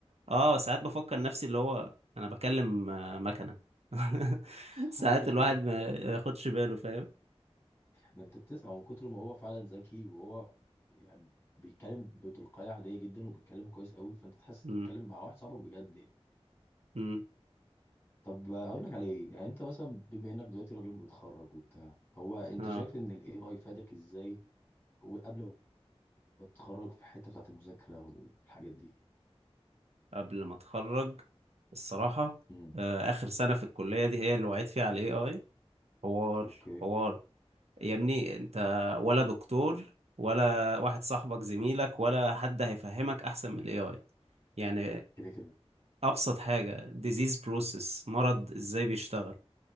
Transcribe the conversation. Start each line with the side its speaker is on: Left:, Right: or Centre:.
Right: اه ساعات بفكر نفسي اللي هو انا بكلم آه، مكنة <laughs>
Left: بس <laughs>
Right: ساعات الواحد ما ياخدش باله فاهم
Left: ما انت بتسمع من كتر ما هو فعلا ذكي وهو يعني بيتكلم بتلقائية عادية جدا وبيتكلم كويس قوي فانت تحس بتتكلم
Right: امم
Left: مع واحد صاحبك بجد يعني.
Right: امم
Left: طب اقول لك على ايه يعني انت مثلا بما انك دلوقتي راجل متخرج وبتاع هو انت
Right: اه
Left: شايف ان الاي اي فادك ازاي وقبل ما تتخرج في الحتة بتاعت المذاكرة والحاجات دي
Right: قبل ما اتخرج الصراحة
Left: امم
Right: آه، اخر سنة في الكلية دي هي اللي وعيت فيها على الاي اي حوار
Left: اوكي
Right: حوار يا ابني انت ولا دكتور ولا واحد صاحبك زميلك ولا حد هيفهمك احسن من الاي اي يعني
Left: كده كده
Right: ابسط حاجة disease process مرض ازاي بيشتغل